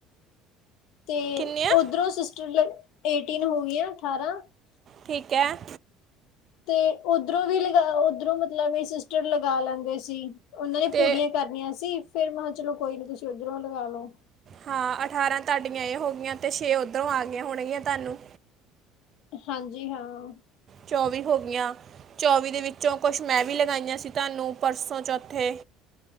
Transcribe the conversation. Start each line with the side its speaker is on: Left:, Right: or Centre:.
Left: ਤੇ
Right: ਕਿੰਨੀਆਂ
Left: ਉਧਰੋਂ ਸਿਸੱਟਰ ਏਟੀਨ ਹੋ ਗਈਆਂ ਅਠਾਰਾਂ।
Right: ਠੀਕ ਹੈ।
Left: ਤੇ ਉਓਧਰੋਂ ਵੀ ਲਗਾ ਉਓਧਰੋਂ ਮਤਲਬ ਮ ਸਿਸਟਰ ਲਗਾ ਲੈਂਦੇ ਸੀ। ਉਹਨਾਂ ਨੇ
Right: ਤੇ
Left: ਪੂਰੀਆਂ ਕਰਨੀਆਂ ਸੀ। ਫੇਰ ਮੈਂ ਕਿਹਾ ਚਲੋ ਕੋਈ ਨੀ ਤੁਸੀਂ ਉੱਧਰੋਂ ਲਗਾ ਲੋੋ।
Right: ਹਾਂ ਅਠਾਰਾਂ ਤੁਹਾਡੀਆਂ ਹੋ ਗਆਂ ਤੇ ਛੇ ਉਓਧਰੋਂ ਆ ਗਈਆਂ ਹੋਣਗੀਆਂ ਤੁਹਾਨੂੰ।
Left: ਹਾਂਜੀ ਹਾਂ।
Right: ਚੌਵੀ ਹੋ ਗਈਆਂ ਚੌਵੀ ਦੇ ਵਿੱਚੋਂ ਕੁਛ ਮੈਂ ਵੀ ਲਗਾਈਆਂ ਸੀ ਤੁਹਾਨੂੰ ਪਰਸੋਂ ਚੌਥੇ